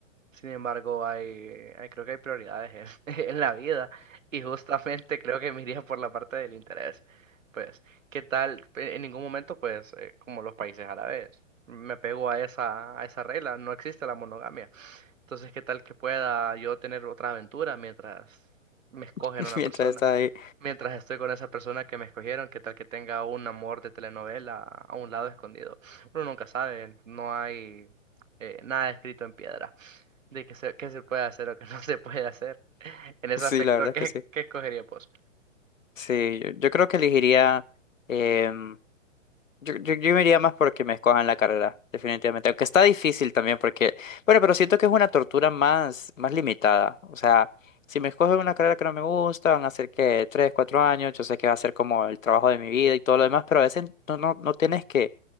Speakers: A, on the right; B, on the left.
A: Sin embargo, hay, hay- creo que hay prioridades en, <laughs> en la vida y justamente creo que me iría por la parte del interés. Pues, ¿qué tal? Pe- En ningún momento, pues, eh, como los países árabes, me pego a esa, a esa regla, no existe la monogamia. Entonces, ¿qué tal que pueda yo tener otra aventura mientras me escogen
B: <laughs>
A: una
B: mientras
A: persona?
B: estás ahí?
A: Mientras estoy con esa persona que me escogieron, ¿qué tal que tenga un amor de telenovela a un lado escondido? Uno nunca sabe, no hay eh, nada escrito en piedra de qué se, qué se puede hacer o qué <laughs> no se puede hacer. <laughs> En ese
B: Sí,
A: aspecto,
B: la verdad es
A: ¿qué,
B: que sí.
A: qué escogería vos?
B: Sí, yo, yo creo que elegiría em, Yo, yo, yo me iría más porque me escojan la carrera, definitivamente. Aunque está difícil también porque, bueno, pero siento que es una tortura más, más limitada. O sea, si me escogen una carrera que no me gusta, van a ser que tres, cuatro años, yo sé que va a ser como el trabajo de mi vida y todo lo demás, pero a veces no, no, no tienes que,